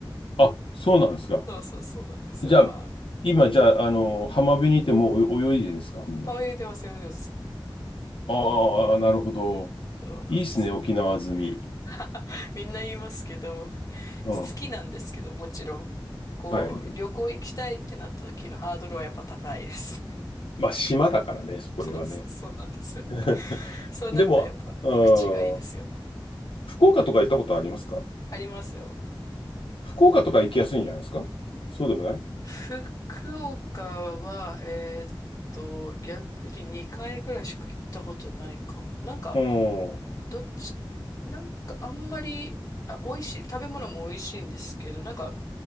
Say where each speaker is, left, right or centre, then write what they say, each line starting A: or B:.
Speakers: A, on the left (about 85°); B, on the left (about 40°).
A: あ、そうなんですか。
B: そうそうそうなんですよ。
A: じゃあ、
B: あ、
A: 今、じゃあ、あの、浜辺にいてもう泳いでるんですか、みんな。
B: 泳いでます、泳いでます。
A: あーあー、なるほど。
B: そうなんですよ。
A: いいっすね、沖縄済み。
B: <laughs> みんな言いますけど、好
A: うん。
B: きなんですけど、もちろん。こう、
A: はい。
B: 旅行行きたいってなった時のハードルはやっぱ高いです。
A: まあ、島だからね、
B: <laughs>
A: そこではね。
B: そうそうそうなんですよ。
A: <laughs>
B: そうなったらやっぱ陸地がいいですよ。
A: でも、うん、福岡とか行ったことありますか
B: ありますよ。
A: 福岡とか行きやすいんじゃないですかそうでもない
B: 福岡は、えーっと、逆に2回ぐらいしか行ったことないかも。なんか、
A: うん。
B: どっち、なんかあんまり、あ、美味しい、食べ物も美味しいんですけど、なんか、